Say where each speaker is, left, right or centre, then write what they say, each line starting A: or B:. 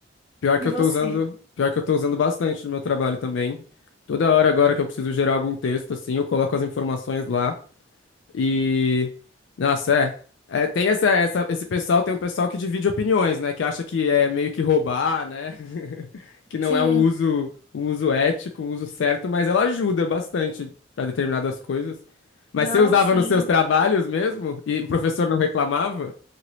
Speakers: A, on the left; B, on the left.
A: Pior que
B: E você?
A: eu tô usando, pior que eu tô usando bastante no meu trabalho também. Toda hora agora que eu preciso gerar algum texto, assim, eu coloco as informações lá. E nossa, é, É, tem essa, essa- esse pessoal, tem um pessoal que divide opiniões, né, que acha que é meio que roubar, né? <laughs> Que não
B: Sim,
A: é um uso um uso ético, um uso certo, mas ela ajuda bastante para determinadas coisas. Mas
B: não,
A: você usava
B: sim.
A: nos seus trabalhos mesmo e o professor não reclamava?